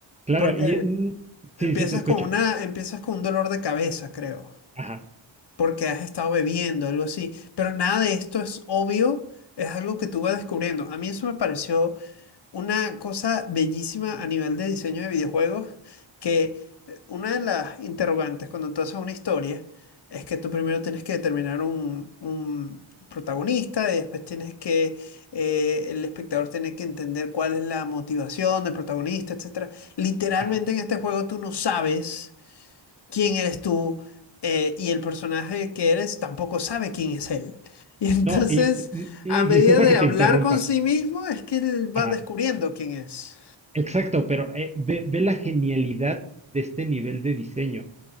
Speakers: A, on the right; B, on the left.
A: claro.
B: Porque
A: Y mm,
B: empiezas
A: sí, sí te escucho.
B: con una, empiezas con un dolor de cabeza, creo.
A: Ajá,
B: porque has estado bebiendo, algo así. Pero nada de esto es obvio, es algo que tú vas descubriendo. A mí eso me pareció una cosa bellísima a nivel de diseño de videojuegos, que eh, una de las interrogantes cuando tú haces una historia es que tú primero tienes que determinar un, un protagonista y después tienes que, eh, el espectador tiene que entender cuál es la motivación del protagonista, etcétera. Literalmente
A: ajá.
B: en este juego tú no sabes quién eres tú eh, y el personaje que eres tampoco sabe quién es él. <laughs> Y entonces,
A: No, y, y
B: a medida
A: disculpa
B: de
A: que
B: hablar
A: te interrumpa.
B: con sí mismo, es que él
A: Ajá.
B: va descubriendo quién es.
A: Exacto, pero eh, ve, ve la genialidad de este nivel de diseño.